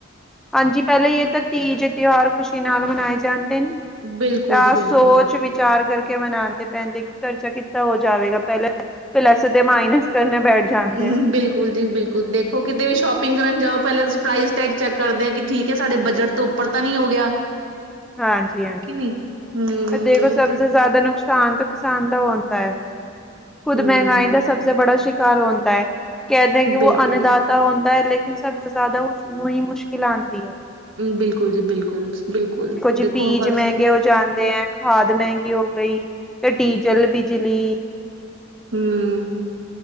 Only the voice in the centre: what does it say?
ਹਾਂਜੀ। ਪਹਿਲੇ ਇਹ ਤਾਂ ਤੀਜ ਤਿਹਾਰ ਖ਼ੁਸ਼ੀ ਨਾਲ ਮਨਾਏ ਜਾਂਦੇ ਨੇ।
ਤਾਂ
ਸੋਚ ਵਿੱਚ ਚਾਰ ਕਰਕੇ ਮਨਾਦੇ ਪੈਂਦੇ ਕਿ ਕਰਜ਼ਾ ਕਿੰਨਾ ਹੋ ਜਾਵੇਗਾ। ਪੈਲਾਂ ਪਲੱਸ ਦੇ ਮਾਈਨਸ ਕਰਨੇ ਬੈਠ ਜਾਂਦੇ
ਆ
ਹਾਂਜੀ-ਹਾਂਜੀ।
ਦੇਖੋ ਸਭ ਸੇ ਜ਼ਿਆਦਾ ਨੁਕ ਕਿਸਾਨ ਤੋਂ ਕਿਸਾਨ ਦਾ ਹੁੰਦਾ ਏ। ਖੁੱਦ
ਮਹਿੰਗਾਈ ਦਾ ਸਭ ਤੋਂ ਬੜਾ ਸ਼ਿਕਾਰ ਹੁੰਦਾ ਏ। ਕਹਿਦੇ ਕਿ ਉਹ
ਅੰਨਦਾਤਾ ਹੁੰਦਾ ਏ। ਲੇਕਿਨ ਸਬ ਸੇ ਜ਼ਿਆਦਾ ਉਸਣੂ ਹੀ ਮੁਸ਼ਕਿਲ ਆਉਂਦੀ ਏ।
ਜੀ
ਬੀਜ
ਮਹਿੰਗੇ ਹੋ ਜਾਂਦੇ ਐ, ਖਾਦ ਮਹਿੰਗੀ ਹੋ ਗਈ ਫੇਰ ਡੀਜ਼ਲ, ਬਿਜਲੀ